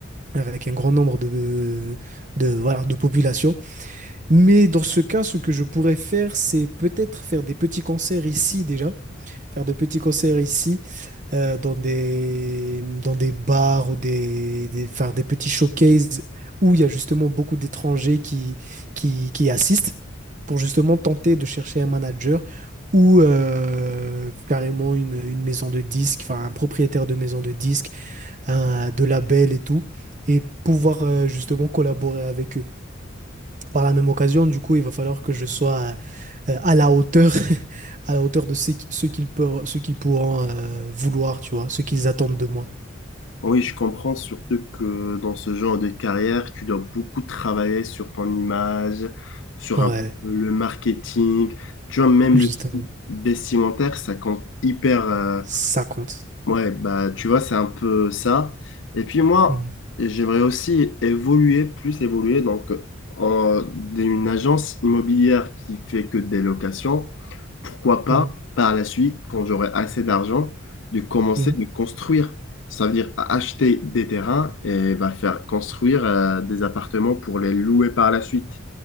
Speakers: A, on the right; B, on the left.
A: avec un grand nombre de, de, voilà, de population. Mais dans ce cas, ce que je pourrais faire, c'est peut-être faire des petits concerts ici déjà, faire de petits concerts ici, euh, dans des, dans des bars ou des, des- faire des petits showcases où il y a justement beaucoup d'étrangers qui, qui, qui assistent pour justement tenter de chercher un manager ou euh, carrément une, une maison de disques, enfin un propriétaire de maison de disques, un- de label et tout, et pouvoir euh, justement collaborer avec eux. Par la même occasion, du coup, il va falloir que je sois euh, euh, à la hauteur, <laughs> à la hauteur de ce qui- ce qu'ils peuvent, ce qu'ils pourront euh, vouloir, tu vois, ce qu'ils attendent de moi.
B: Oui, je comprends surtout que dans ce genre de carrière, tu dois beaucoup travailler sur ton image, sur
A: Ouais,
B: un peu le marketing. Tu vois, même
A: justement,
B: le style vestimentaire, ça compte hyper, euh,
A: ça compte.
B: Ouais, bah tu vois, c'est un peu ça. Et puis moi,
A: Mhm,
B: j'aimerais aussi évoluer, plus évoluer, donc en, d'une agence immobilière qui fait que des locations. Pourquoi pas,
A: mhm,
B: par la suite, quand j'aurai assez d'argent, de commencer
A: mhm.
B: de construire. Ça veut dire acheter des terrains et bah, faire construire euh, des appartements pour les louer par la suite.